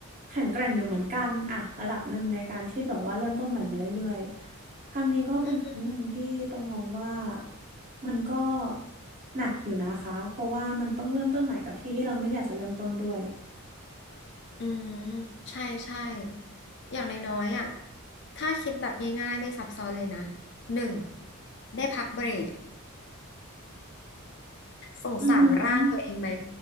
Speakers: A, on the right (about 35°); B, on the left (about 50°).
A: แข็งแกร่งอยู่เหมือนกันอะระดับหนึ่งในการที่แบบว่าเริ่มต้นใหม่มาเรื่อยๆ ครั้งนี้ก็เป็นครั้งหนึ่งที่ตองมองว่า
B: อืม
A: มันก็หนักอยู่นะคะเพราะว่ามันต้องเริ่มต้นใหม่กับที่ที่เราไม่อยากจะเริ่มต้นด้วย
B: อืมใช่ใช่อย่างน้อยๆอ่ะถ้าคิดแบบง่ายๆไม่ซับซ้อนเลยนะหนึ่งได้พักเบรก สงสารร่างตัวเองไหม
A: อือหือ